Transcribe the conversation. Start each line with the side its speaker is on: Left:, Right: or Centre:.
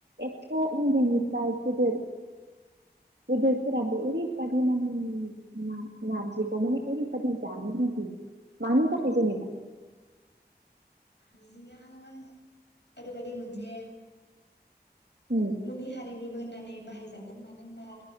Right: एथ उन्दैनिफ्राय गोदोर-गोदोरफोराबो ओरैबादि माने नार-नारजिखौ माने ओरैबादि जानो लुबै मानो थाखाय जेनेबा?
Left: नारजिया मोन ओरैबादि मोनसे
Right: उम
Left: मुलि हारिनि बो होननानै बाहायजागोन मानो होनबा